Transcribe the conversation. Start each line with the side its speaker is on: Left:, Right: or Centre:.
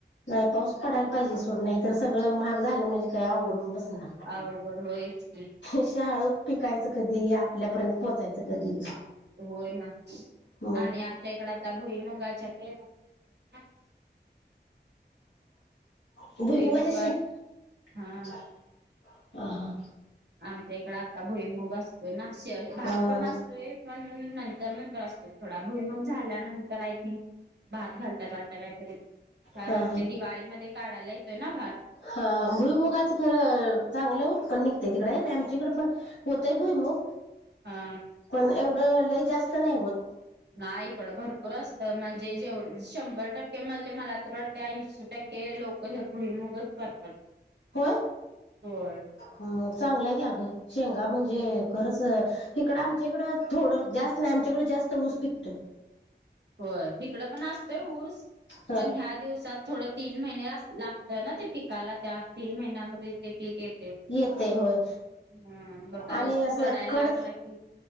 Left: नाही पाऊस पडाल पाहिजे सोड नाही तर सगळं महाग झालं म्हणजे काय आवघड होऊन बसलं
Right: अवघड होयच की
Left: शे हाळू पिकायचं कधी आपल्यापर्यंत पोचायचं कधी
Right: हो ना
Left: मग
Right: आणि आमच्या इकडं आता भुईमुंगाच्या पेरण्या
Left: भुईमुंगाच्या
Right: भुईमुगात
Left: शेगा
Right: हा
Left: अ हा
Right: आमच्या इकडं आता भुईमुग असतोय ना शे भात
Left: हा हा
Right: पण असतोय पण ना तर नंतर असतो थोडा भुईमुंग झाल्यानंतर आय थिंक भात घालता का काहीतरी कारण
Left: हा हा
Right: ते दिवाळीमध्ये काढायला येतोय ना भात
Left: हा भुईमुगाच खरं चांगलं उत्पन्न निघतंय तिकडे आहेे आमच्या इकड पण होतंय भुईमुग
Right: हा
Left: पण एवढं ल जास्त नाही होत
Right: ना इकडं भरपूर असत म्हणजे जेवढ शंभर टक्के मधले मला तर वाटते ऐंशी टक्के ते लोक भुईमुगच करतात.
Left: होय
Right: होय
Left: ह चांगलंय की अगं शेंगा म्हणजे
Right: होय
Left: खरंच इकडं आमच्या इकडं थोडं जास्त नाही आमच्याकडे जास्त ऊस पिकतोय
Right: होय इकडं पण असतोय ऊस
Left: ह
Right: पण ह्या दिवसात थोडं तीन महिने लागत ना ते पिकाला त्या तीन महिन्यामध्ये ते पीक येत
Left: येते होय
Right: हा बर पाऊस
Left: आणि असं
Right: पडायला
Left: कड
Right: लागला की